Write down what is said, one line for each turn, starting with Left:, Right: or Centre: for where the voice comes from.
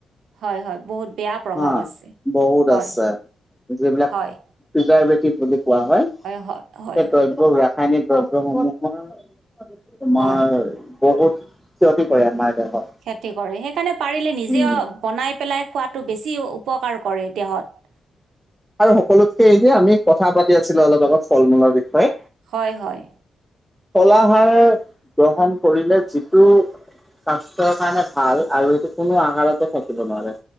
Right: হয়, হয় বহুত। বেয়া প্ৰভাৱ
Centre: হা,
Right: আছে।
Centre: বহুত
Right: হয়,
Centre: আছো যিবিলাক
Right: হয়,
Centre: পিজাৰবেটিব বুলি কোৱা হয়,
Right: হয়, হয়,
Centre: সেই দ্ৰব্য ৰাসায়নিক দ্ৰব্যসমূহৰ তোমাৰ
Right: হয়,
Centre: বহুত ক্ষতি কৰে আমাৰ দেহত।
Right: ক্ষতি কৰে। সেইকাৰণে পাৰিলে নিজে
Centre: উম।
Right: বনাই পেলাই খোৱাটো বেছি উপকাৰ কৰে দেহত।
Centre: আৰু সকলোতকে এই যে আমি কথা পাতি আছিলো অলপ আগত ফল মূলৰ বিষয়ে।
Right: হয়, হয়।
Centre: কলা খাৰ গ্ৰহণ কৰিলে যিটো স্বাস্থ্যৰ কাৰণে ভাল আৰু এইটো কোনো আহাৰতো থাকিব নোৱাৰে।